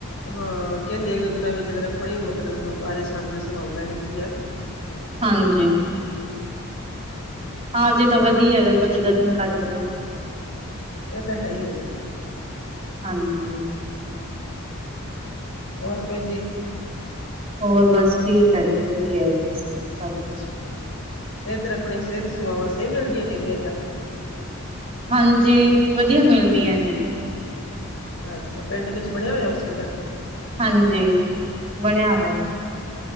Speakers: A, on the left; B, on the right.
A: ਹਾਂ ਕਹਿੰਦੇ ਇੱਕ ਦੋ ਦਿਨਾਂ ਵਿੱਚ ਆਪਣੀ ਮਤਲਬ ਕੋਈ ਬਾਰਿਸ਼ ਆਨ ਦੀ ਸੰਭਾਵਨਾ ਹੈਗੀ ਆ।
B: ਹਾਂਜੀ। ਹਾਂਜੀੇ ਤਾਂ ਵਧੀਆ ਹੈਗਾ ਕੁੱਝ ਗਰਮੀ ਘੱਟ ਜੇ।
A: ਇਹ ਤਾਂ ਹੈ ਹੀ ਹੈ ਜੀ।
B: ਹਾਂਜੀ।
A: ਹੋਰ ਕੋਈ ਜੀ।
B: ਹੋਰ ਬਸ ਠੀਕ ਹੈ ਜੀ ਵਧੀਆ ਜੀ।
A: ਅੱਛਾ
B: ਕੁਛ
A: ਤੇ ਇੱਧਰ ਆਪਣੀ ਸਿਹਤ ਸੇਵਾਵਾਂ ਸਹੀ ਮਿਲਦੀਆਂ ਹੈਗੀਆਂ ਇੱਧਰ।
B: ਹਾਂਜੀ ਵਧੀਆ ਮਿਲਦੀ ਹੈ ਜੀ।
A: ਅੱਛਾ ਪਿੰਡ ਵਿੱਚ ਬਣਿਆ ਹੋਇਆ ਹੋਸਪਿਟਲ?
B: ਹਾਂਜੀ। ਬਣਿਆ ਹੋਇਆ।